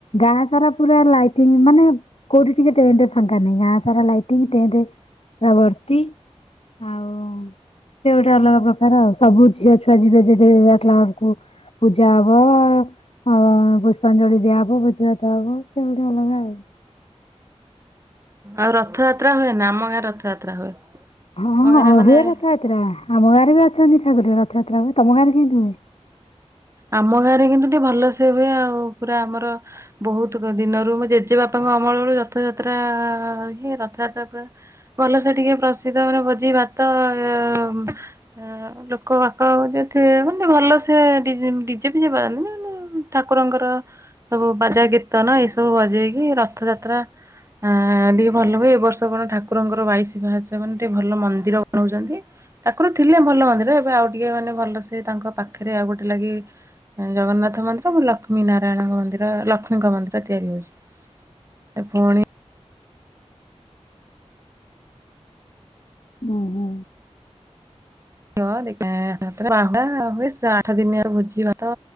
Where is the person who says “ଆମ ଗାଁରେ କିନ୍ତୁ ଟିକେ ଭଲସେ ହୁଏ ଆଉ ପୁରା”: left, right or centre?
Right